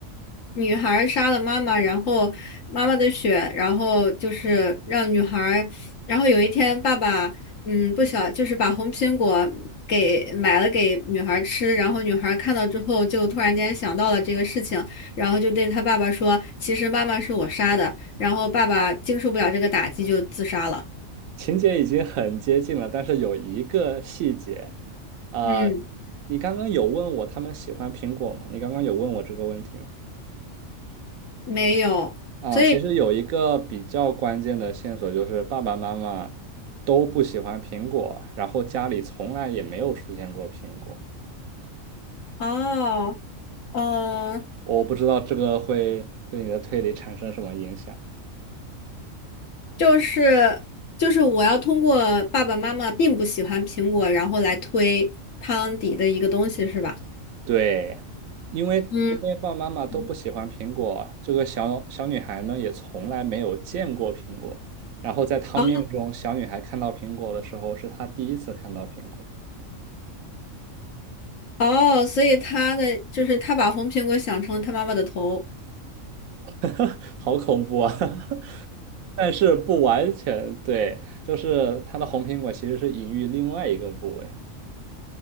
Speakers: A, on the left; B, on the right.
A: 女孩儿杀了妈妈，然后妈妈的血，然后就是让女孩儿然后有一天爸爸，嗯，不小，就是把红苹果给买了给女孩儿吃，然后女孩儿看到之后就突然间想到了这个事情，然后就对她爸爸说，其实妈妈是我杀的，然后爸爸经受不了这个打击就自杀了。
B: 情节已经很接近了，但是有一个细节，啊、
A: 嗯，
B: 你刚刚有问我他们喜欢苹果吗？你刚刚有问我这个问题吗？
A: 没有，
B: 啊、
A: 所以
B: 其实有一个比较关键的线索就是爸爸妈妈都不喜欢苹果，然后家里从来也没有出现过苹果，
A: 哦，哦。
B: 我不知道这个会对你的推理产生什么影响。
A: 就是就是我要通过爸爸妈妈并不喜欢苹果，然后来推汤底的一个东西，是吧？
B: 对，因为因为爸爸妈妈都不喜欢苹果，
A: 嗯嗯，
B: 这个小小女孩呢也从来没有见过苹果。然后在汤面中，
A: 哦
B: 小女孩看到苹果的时候，是她第一次看到苹果，
A: 哦，所以他的就是他把红苹果想成了他妈妈的头，
B: <laughs> 好恐怖啊！<laughs> 但是不完全对，就是它的红苹果其实是隐喻另外一个部位。